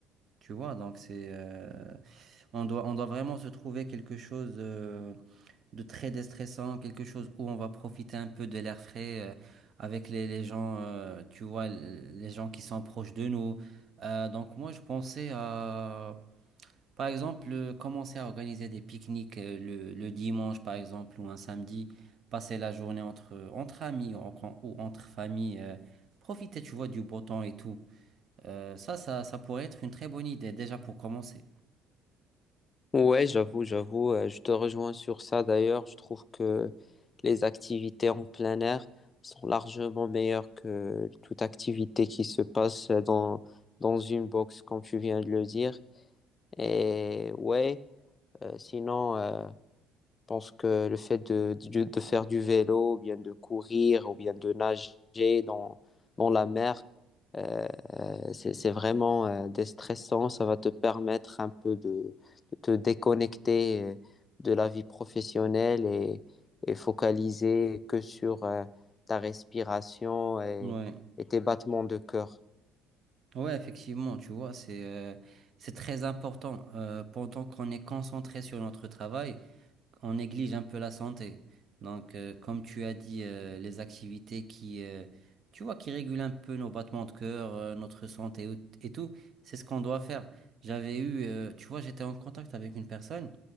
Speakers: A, on the right (about 45°); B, on the left (about 35°).
A: Tu vois, donc c'est, euh, on doit, on doit vraiment se trouver quelque chose. euh, de très déstressant, quelque chose où on va profiter un peu de l'air frais euh, avec les, les gens, euh, tu vois, l- les gens qui sont proches de nous. Euh, donc moi, je pensais à, par exemple, euh, commencer à organiser des pique-niques euh, le, le dimanche, par exemple, ou un samedi, passer la journée entre, entre amis en- ou entre familles, euh, profiter, tu vois, du beau temps et tout. Euh, ça, ça, ça pourrait être une très bonne idée, déjà pour commencer.
B: Ouais, j'avoue, j'avoue, euh, je te rejoins sur ça d'ailleurs. Je trouve que les activités en plein air sont largement meilleures que toute activité qui se passe dans, dans une box, comme tu viens de le dire. Et ouais, euh, sinon, euh, pense que le fait de, de, de faire du vélo, ou bien de courir, ou bien de nager dans, dans la mer, euh, euh, c'est c'est vraiment euh, déstressant. Ça va te permettre un peu de, de te déconnecter euh, de la vie professionnelle et, et focaliser que sur euh, ta respiration et,
A: Ouais.
B: et tes battements de cœur.
A: Ouais, effectivement, tu vois, c'est euh, c'est très important. Euh, pendant qu'on est concentré sur notre travail, on néglige un peu la santé. Donc, euh, comme tu as dit, euh, les activités qui, euh, tu vois, qui régulent un peu nos battements de cœur, euh, notre santé et et tout, c'est ce qu'on doit faire. J'avais eu, euh, tu vois, j'étais en contact avec une personne